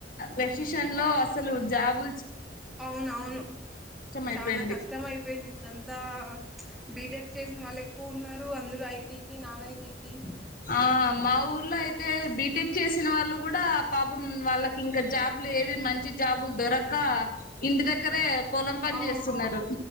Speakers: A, on the left (about 50°); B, in the centre.
A: డెసిషన్ లో అసలు జాబు
B: అవునవును
A: అయిపోయింది
B: చానా కష్టం అయిపోయింది ఇప్పుడంతా బీటెక్ చేసిన వాళ్ళు ఎక్కువ ఉన్నారు అందరూ ఐటీకి నాన్ ఐటీకి
A: ఆ మా ఊర్లో అయితే బీటెక్ చేసిన వాళ్ళు గుడా పాపం వాళ్ళకి ఇంకా జాబ్ ఏది మంచి జాబులు దొరక ఇంటి దగ్గరే పొలం పని
B: ఆ
A: చేస్తున్నారు